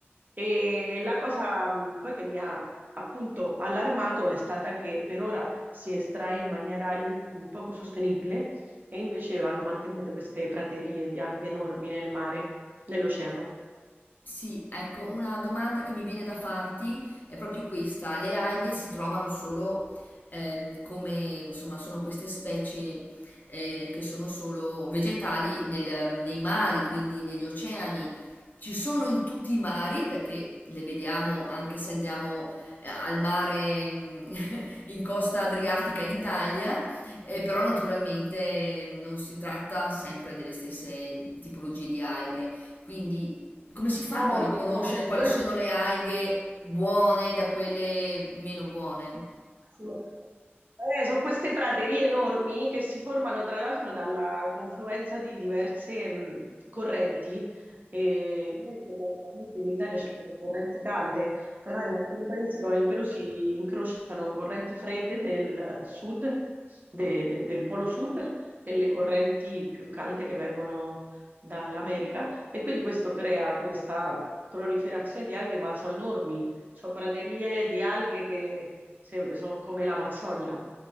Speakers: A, on the right (about 45°); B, on the left (about 45°).
A: E la cosa mh, poi che mi ha appunto allarmato è stata che per ora si estrae in maniera in- poco sostenibile e invece vanno mantenute queste praterie di alghe enormi nel mare, nell'oceano.
B: Sì, ecco, una domanda che mi viene da farti è proprio questa. Le alghe si trovano solo ehm, come, insomma, sono queste specie eh, che sono solo vegetali nel- nei mari, quindi negli oceani. Ci sono in tutti i mari perché le vediamo anche se andiamo eh, al mare mm, <laughs> in costa adriatica in Italia, eh, però naturalmente non si tratta sempre delle stesse tipologie di alghe. Quindi come si
A: No,
B: fanno a riconoscere
A: infatti,
B: quali
A: quelle
B: sono le alghe buone da quelle meno buone?
A: sono... Eh, sono queste praterie enormi che si formano tra l'altro dalla confluenza di diverse mh, correnti. E noi fondamentalmente in Italia ci abbiamo correnti calde, però in alcuni paesi come il Perù si incrociano correnti fredde del sud, de- del polo sud, e le correnti più calde che vengono dall'America. E quindi questo crea questa proliferazione di alghe, ma sono enormi sono praterie di alghe che se- sono come l'Amazzonia.